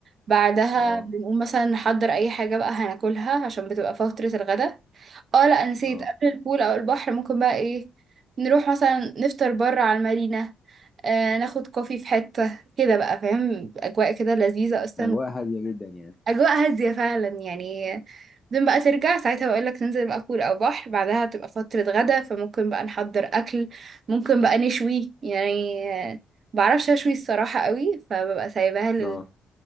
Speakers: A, on the right; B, on the left.
A: بعدها
B: اه
A: بنقوم مثلا نحضر اي حاجة بقى هناكلها عشان بتبقى فترة الغدا اه لا نسيت
B: اه
A: قبل البول او البحر ممكن بقى ايه نروح مثلا نفطر بره على المارينا آه ناخد كوفي في حتة كده بقى فاهم اجواء كده لذيذة اصلا
B: اجواء هاديه جدا يعني
A: اجواء هادية فعلا يعني بعدين بقى ترجع ساعتها بقول لك تنزل بقى بول او بحر بعدها تبقى فترة غدا فممكن بقى نحضر اكل ممكن بقى نشوي يعني آه، بعرفش اشوي الصراحة قوي فببقى سايباها لل
B: اه